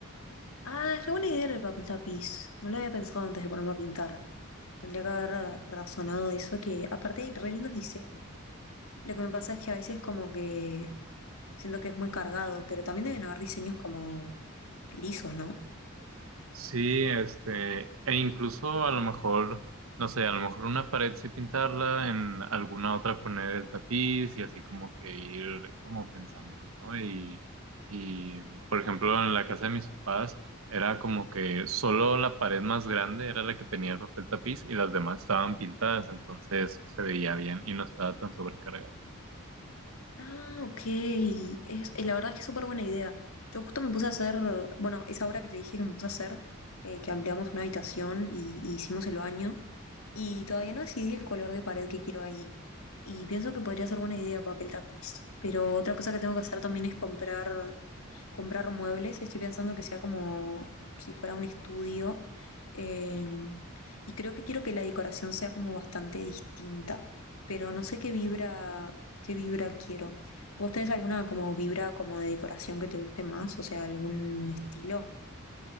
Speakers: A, on the left; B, on the right.
A: Ah, es re buena idea el papel tapiz. No lo había pensado antes de ponerme a pintar. Tendría que haber ra- razonado eso, que aparte hay re lindos diseños. Lo que me pasa es que a veces como que siento que es muy cargado, pero también deben haber diseños como lisos, ¿no?
B: Sí, este, e incluso a lo mejor, no sé, a lo mejor una pared sí pintarla, en alguna otra poner el tapiz y así como que ir como pensando, ¿no? Y, y por ejemplo, en la casa de mis papás era como que solo la pared más grande era la que tenía el papel tapiz y las demás estaban pintadas, entonces se veía bien y no estaba tan sobrecargado.
A: Ah, ok. Es, eh, la verdad es que es súper buena idea. Yo justo me puse a hacer, bueno, esa obra que te dije que me puse a hacer, eh, que ampliamos una habitación y, y hicimos el baño, y todavía no decidí el color de pared que quiero ahí. Y pienso que podría ser buena idea papel tapiz. Pero otra cosa que tengo que hacer también es comprar comprar muebles, estoy pensando que sea como si fuera un estudio. eh, y creo que quiero que la decoración sea como bastante distinta, pero no sé qué vibra, qué vibra quiero. ¿Vos tenés alguna como vibra como de decoración que te guste más? O sea, algún estilo.